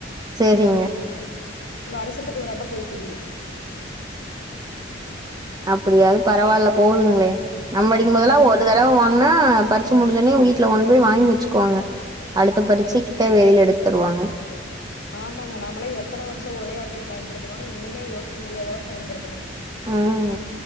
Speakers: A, on the right; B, on the left.
A: சேரிங்க
B: வருஷத்துக்கு ஒரு அட்ட போயிட்ருக்குது
A: அப்டியாது பரவால்ல போதுங்ளே நம் படிக்கும் போதலா
B: ஆமாங்க
A: ஒரு தடவ வாங்குனா பரிச்ச முடிஞ்சவுனே வீட்ல இல்ல ஒண்ணு போய் வாங்கி வெச்சுக்குவாங்க அடுத்த
B: ஆமாங்க
A: பரிச்சைக்கு தேவை வெளியில எடுத் தருவாங்க
B: ஆமாங்க நாம்மளா எத்தன வருஷோ ஒரே அட்டையே பயன்படுத்தணுன்னு இன்னுமே யோசிக்க முடியாதளவுக்கு பயன்படுத்தணு
A: ம்